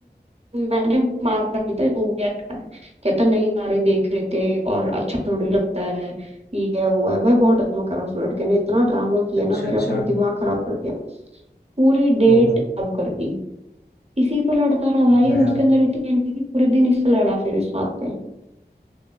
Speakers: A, on the right (about 40°); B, on the left (about 70°).
A: मैंने मारा नहीं था वो रिएक्ट है कहता नहीं सारे देख रहे थे और अच्छा थोड़ी लगता है ये है वो है भाई बहुत ड्रामा करा उस लड़के ने इतना ड्रामा किया
B: अच्छा
A: ना मेरा
B: अच्छा
A: पूरा दिमाग खराब कर दिया पूरी डेट
B: ओ
A: खराब कर दी इसी पर लड़ता रहा भाई
B: बता यार
A: उसके अंदर इतनी एनर्जी पूरे दिन इससे लड़ा फिर इस बात पे